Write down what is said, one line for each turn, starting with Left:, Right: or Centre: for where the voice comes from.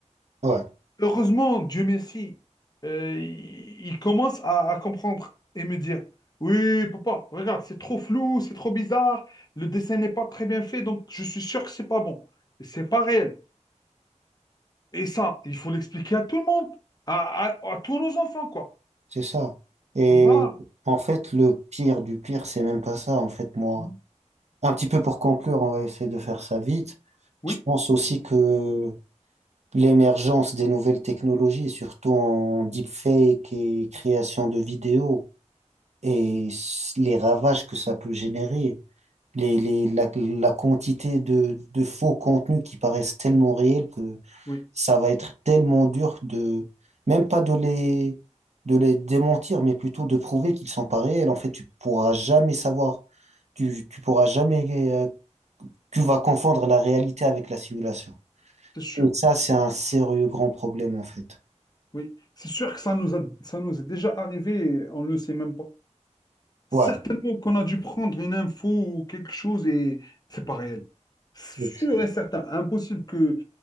Right: ouais,
Left: Heureusement, Dieu merci, euh, il, il commence à, à comprendre et me dire, oui, papa, regarde, c'est trop flou, c'est trop bizarre, le dessin n'est pas très bien fait, donc je suis sûr que c'est pas bon. C'est pas réel. Et ça, il faut l'expliquer à tout le monde, à, à- à tous nos enfants, quoi.
Right: c'est ça. Et
Left: Donc voilà.
Right: en fait, le pire du pire, c'est même pas ça. En fait, moi,
Left: Mhm.
Right: Un petit peu pour conclure, on va essayer de faire
Left: Mhm.
Right: ça vite.
Left: Oui.
Right: Je pense aussi que l'émergence des nouvelles technologies, surtout en deepfake et création de vidéos, et s- les ravages que ça peut générer, les, les- la, la quantité de, de faux contenus qui paraissent tellement réels que
Left: Oui,
Right: ça va être tellement dur de, même pas de les, de les démentir, mais plutôt de prouver qu'ils sont pas réels. En fait, tu pourras jamais savoir, tu, tu pourras jamais euh, tu vas confondre la réalité avec la simulation.
Left: c'est sûr.
Right: Et ça, c'est un sérieux grand problème, en fait.
Left: Oui, c'est sûr que ça nous a, ça nous est déjà arrivé et on ne le sait même pas. Certainement
Right: Ouais,
Left: qu'on a dû prendre une info ou quelque chose et c'est pas réel. Sûr
Right: et-
Left: et certain, impossible que,